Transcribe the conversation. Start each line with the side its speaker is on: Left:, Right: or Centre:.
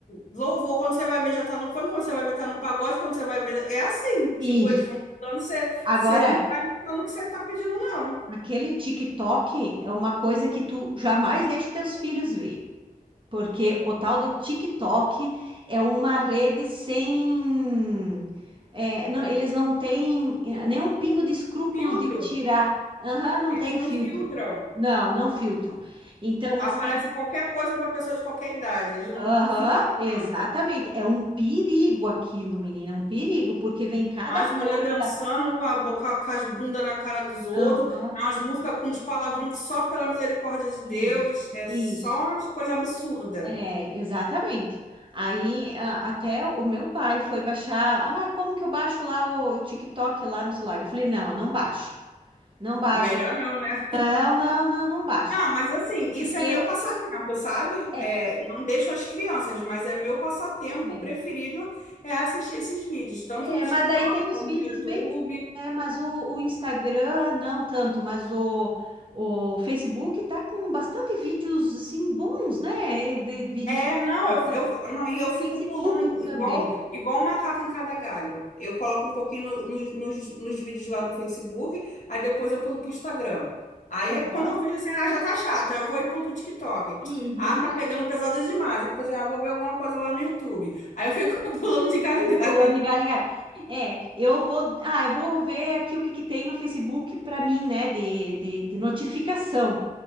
Left: louvor. Quando você vai ver, já tá no funk, quando você vai ver, tá no pagode, quando você vai ver. É assim, tipo,
Right: isso.
Left: eles vão dando, você, você
Right: Agora,
Left: não vai notando o que você tá pedindo, não.
Right: aquele TikTok é uma coisa que tu jamais deixa teus filhos ver, porque o tal do TikTok é uma rede sem. é, não, eles não têm eh, nenhum pingo de escrúpulos
Left: Filtro,
Right: de tirar. Aham, não
Left: eles
Right: tem
Left: não
Right: filtro.
Left: filtram.
Right: Não, não filtro. Então,
Left: Aparece
Right: assim.
Left: qualquer coisa para pessoa de qualquer idade. Eles não,
Right: Aham,
Left: não filtram,
Right: exatamente.
Left: não.
Right: É um perigo aquilo, menina, é um perigo, porque vem cada
Left: As
Right: coisa.
Left: mulheres dançando com a boca, com as bundas na cara dos outros,
Right: Aham.
Left: as músicas com uns palavrão que só pela misericórdia de Deus
Right: Isso,
Left: é
Right: isso.
Left: só uma coisa absurda.
Right: É, exatamente. Aí a- até o meu pai foi baixar. Ah, como que eu baixo lá o TikTok lá no celular? Eu falei, não, não baixa. Não baixa.
Left: Melhor não, né?
Right: Não, não, não, não baixa.
Left: Não, mas assim,
Right: Porque
Left: isso é meu
Right: tu.
Left: passatempo, sabe?
Right: É,
Left: É, não deixo as crianças, mas é meu passatempo
Right: é,
Left: preferido é assistir esses vídeos, tanto
Right: é,
Left: no TikTok
Right: mas daí tem uns
Left: como
Right: vídeos
Left: no YouTube.
Right: bem. É, mas o, o Instagram, não tanto, mas o, o Facebook tá com bastante vídeos assim bons, né? De vídeos
Left: É, não,
Right: curtos,
Left: eu,
Right: né?
Left: eu, não, e eu fico
Right: Facebook
Left: pulando
Right: também.
Left: igual, igual um macaco em cada galho. Eu coloco um pouquinho no- nos nos, nos vídeos lá do Facebook, aí depois eu pulo pro Instagram. Aí
Right: Aham.
Left: quando eu vejo assim, ah, já tá chata, eu vou e pulo pro TikTok.
Right: E <laughs>
Left: Ah, tá pegando pesada demais. Eu fico assim, ah, vou ver alguma coisa lá no YouTube. Aí eu fico <laughs> pulando de galho em galho.
Right: Pulando de galho em galho. É, eu vou, ah, eu vou ver aqui o que que tem no Facebook para mim, né, de, de, de notificação.